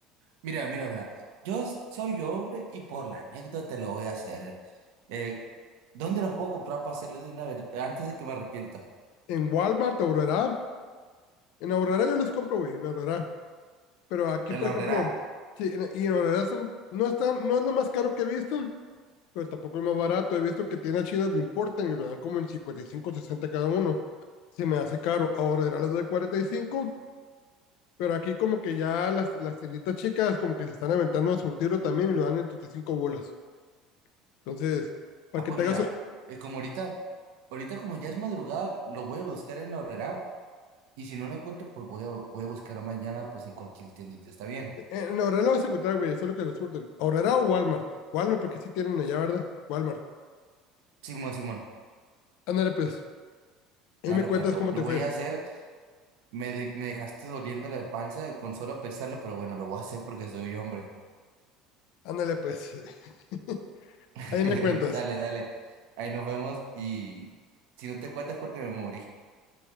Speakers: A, on the right; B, on the left.
A: Mira, mira, mira. Yo s- soy hombre y por la anécdota lo voy a hacer. Eh, ¿dónde los puedo comprar para hacerlo de una vez antes de que me arrepienta?
B: en Walmart, Aurora, en Aurora yo los compro, güey, en Aurora. Pero aquí, por
A: En la
B: ejemplo,
A: horrera.
B: sí, en- y en Aurora son, no, están, no es lo más caro que he visto, pero tampoco es más barato. He visto que tiendas chinas lo importan y lo dan como en 55, 60 cada uno. Se me hace caro. Ahora era los de cuarenta y cinco pero aquí como que ya las, las tienditas chicas como que se están aventando a surtirlo también y lo dan en 35 bolas. Entonces, para
A: Ah,
B: que
A: pues
B: te
A: mira,
B: hagas... eh,
A: eh, como ahorita, ahorita como ya es madrugada, lo voy a buscar en la horrera y si no lo encuentro, pues voy a, voy a buscar mañana pues en cualquier tiendita. ¿Está bien?
B: En Aurora lo vas a encontrar, güey, eso es lo que lo surten. Aurora o Walmart. Walmart, porque sí tienen allá, ¿verdad? Walmart.
A: Simón, Simón.
B: Ándale pues, ahí
A: Claro,
B: me cuentas
A: pues lo,
B: cómo
A: lo
B: te
A: voy
B: fue.
A: a hacer. Me, de- me dejaste doliendo la panza con solo pensarlo, pero bueno, lo voy a hacer porque soy hombre.
B: Ándale pues, <laughs>
A: <laughs>
B: ahí me cuentas.
A: Dale, dale. Ahí nos vemos y si no te cuentas porque me morí.